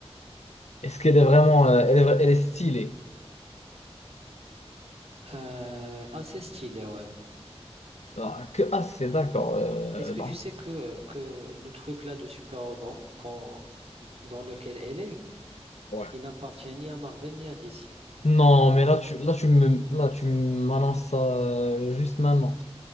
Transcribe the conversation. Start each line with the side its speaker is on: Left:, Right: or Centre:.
Left: Est-ce qu'elle est vraiment... euh, Elle est... vra- elle est stylée.
Right: Euh, assez stylé, ouais.
Left: Ah, que... ah c'est d'accord. euh,
Right: Est-ce que
Left: Non.
Right: tu sais que, que le truc là de super-héros dans, quand- dans lequel elle est,
Left: Ouais.
Right: Il n'appartient ni à Marvel ni à DC.
Left: Non, mais là, tu, là, tu me... là, tu m'annonces ça euh, juste maintenant.